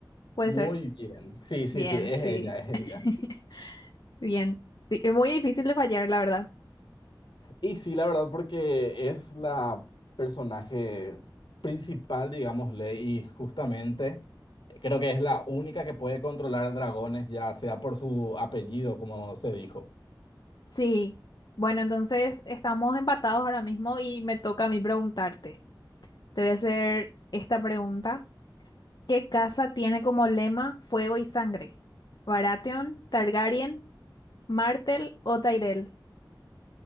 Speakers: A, on the left; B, on the left.
A: ¿Puede
B: Muy
A: ser?
B: bien. Sí, sí,
A: Bien,
B: sí, es
A: sí.
B: ella, es ella.
A: <laughs> Bien. Sí, es muy difícil de fallar, la verdad.
B: Y sí, la verdad, porque es la personaje principal, digámosle, y justamente. Creo que es la única que puede controlar dragones, ya sea por su apellido, como se dijo.
A: Sí, bueno, entonces estamos empatados ahora mismo y me toca a mí preguntarte. Te voy a hacer esta pregunta. ¿Qué casa tiene como lema fuego y sangre? ¿Baratheon, Targaryen, Martel o Tyrell?